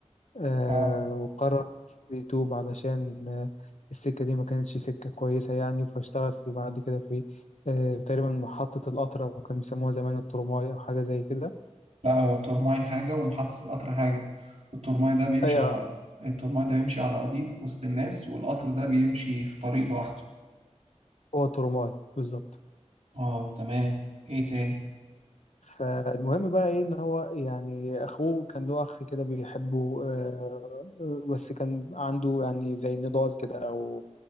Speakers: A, on the left (about 70°); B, on the right (about 70°).
A: آه،
B: اه
A: وقرر يتوب علشان آه، السكة دي ما كانتش سكة كويسة يعني فاشتغل في بعد كده في آه، تقريبا محطة القطر أو كان بيسموها زمان الترماي أو حاجة زي كده
B: لا هو الترماي حاجة ومحطة القطر حاجة الترماي ده بيمشي
A: أيوة
B: على الترماي ده بيمشي على قضيب وسط الناس والقطر ده بيمشي في طريق لوحده
A: هو ترماي بالظبط
B: اه تمام ايه تاني
A: فالمهم بقى ايه ان هو يعني اخوه كان له اخ كده بيحبه آه، آه، بس كان عنده يعني زي نضال كده او